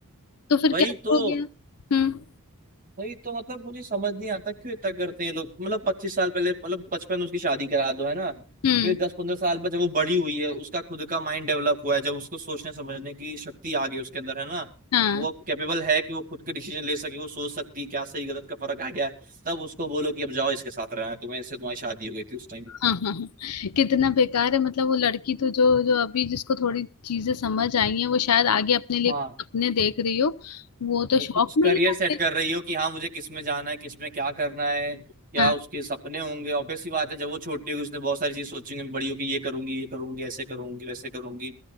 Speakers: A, on the left (about 85°); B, on the right (about 40°).
A: तो फिर
B: वही
A: क्या करोगे
B: तो
A: आप? हम्म
B: वही तो मतलब मुझे समझ नहीं आता क्यों इतना करते हैं लोग मतलब पच्चीस साल पहले मतलब बचपन में उसकी शादी करा दो है ना
A: हम्म
B: फिर दस पंद्रह साल बाद जब वो बड़ी हुई है उसका खुद का माइंड डेवलप हुआ है जब उसको सोचने समझने की शक्ति आ गई उसके अंदर है ना
A: हाँ
B: वो अब कैपेबल है कि वो खुद के डिसीजन ले सके वो सोच सकती है क्या सही गलत का फर्क आ गया है तब उसको बोलो कि अब जाओ इसके साथ रहना है तुम्हें इससे तुम्हारी शादी हो गई थी उस टाइम
A: हाँ हाँ हाँ। कितना बेकार है मतलब वो लड़की तो जो जो अभी जिसको थोड़ी चीजें समझ आई हैं वो शायद आगे अपने लिए
B: हाँ
A: सपने देख रही हो वो तो
B: वो
A: शौक
B: कुछ
A: में
B: करियर
A: ही
B: सेट
A: आके
B: कर रही हो कि हाँ मुझे किस में जाना है किस में क्या करना है क्या
A: हाँ
B: उसके सपने होंगे ऑब्वियस सी बात है जब वो छोटी होगी उसने बहुत सारी चीज सोचेंगे बड़ी होगी ये करूंगी ये करूंगी ऐसे करूंगी वैसे करूंगी